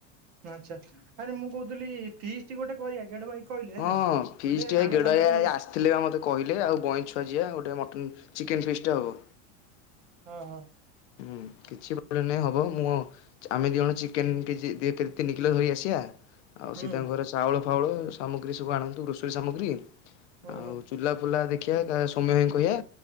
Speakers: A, on the right; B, on the left.
A: ନାଚା ଆରେ ମୁଁ କହୁଥିଲି ଫିଷ୍ଟ ଗୋଟେ କରିବା ଗେଡ଼ ଭାଇ କହିଲେ ହେଲା
B: ହଁ ଫିଷ୍ଟ
A: କହିଲେ
B: ଭାଇ
A: ଆମେ
B: ଗେଡ଼
A: ସମସ୍ତେ
B: ଭାଇ
A: ମିଶି
B: ଆ ଆ ଥିଲେ ବା ମୋତେ କହିଲେ ଆଉ ବଇଁ ଛୁଆଜିିଆ ଗୋଟେ ମଟନ୍ ଚିକେନ୍ ଫିଷ୍ଟ ହବ।
A: ହଁ ହଁ।
B: ହୁଁ କିଛି ପ୍ରୋବ୍ଲେମ୍ ନାହିଁ ହବ ମୁଁ ଆମେ ଦିଇ ଜଣ ଚିକେନ କେଜି ତିନି କିଲ ଧରି ଆସିଆ ଆଉ
A: ହୁଁ
B: ସିଏ ତାଙ୍କ ଘରେ ଚାଉଳ ଫାଉଳ ସାମଗ୍ରୀ ସବୁ ଆଣନ୍ତୁ ରୋଷେଇ ସାମଗ୍ରୀ।
A: ହୁଁ
B: ଆଉ
A: ହୁଁ
B: ଚୁଲା ଫୁଲା ଦେଖି। ଦେଖିବା ସୋମ୍ୟ ଭାଇଙ୍କୁ କହିବା